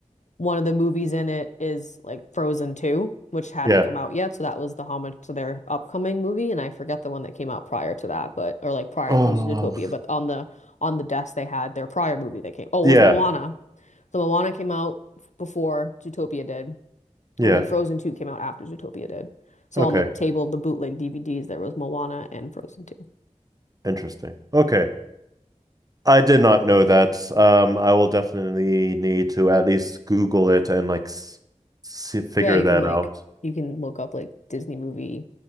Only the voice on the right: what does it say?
Yeah.
Oh.
Yeah.
Yeah.
Okay.
Interesting. Okay. I did not know that. Um, I will definitely need to at least Google it and like s see, figure
that
out.